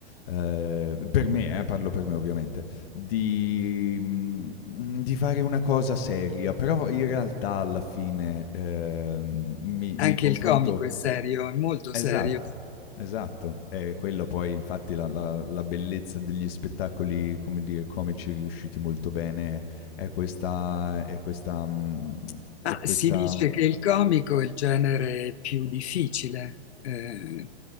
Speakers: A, on the left; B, on the left.
A: ehm, per me eh, parlo per me ovviamente, di mhmm, di fare una cosa seria, però in realtà alla fine, ehm, mi mi
B: Anche
A: confronto
B: il comico è serio, è molto
A: Esatto,
B: serio.
A: esatto. È quella poi, infatti, la, la- la bellezza degli spettacoli, come dire, comici riusciti molto bene, è questa, è questa, mm,
B: Ma
A: è questa...
B: si dice che il comico è il genere più difficile, eh,